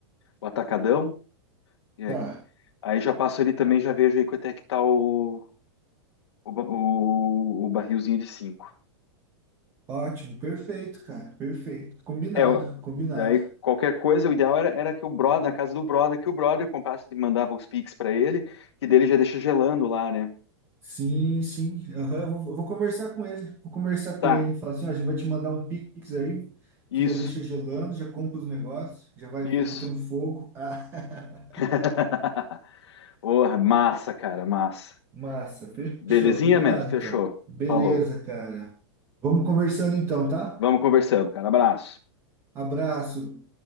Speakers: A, on the left; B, on the right.
A: o Atacadão. Jack.
B: tá.
A: Aí já passo ali também, já vejo aí quanto é que tá o, o, ba- o- o barrilzinho de 5.
B: Ótimo, perfeito, cara, perfeito. Combinado,
A: É, eu-
B: combinado.
A: daí qualquer coisa, o ideal era, era que o brother, na casa do brother, que o brother comprasse e mandava os Pix pra ele, que dele já deixa gelando lá, né?
B: Sim, sim. Aham, eu vou, eu vou conversar com ele. Vou conversar com
A: Tá,
B: ele. Falar assim, ó, a gente vai te mandar um Pix aí.
A: isso,
B: Você já deixa gelando, já compra os negócios, já vai
A: isso.
B: botando fogo. <laughs> Ah,
A: <laughs> Porra, massa, cara, massa.
B: massa,
A: Belezinha,
B: fechou. Combinado,
A: mano? Fechou.
B: então. Beleza,
A: Falou.
B: cara. Vamos conversando então, tá?
A: Vamos conversando, cara. Abraço.
B: Abraço.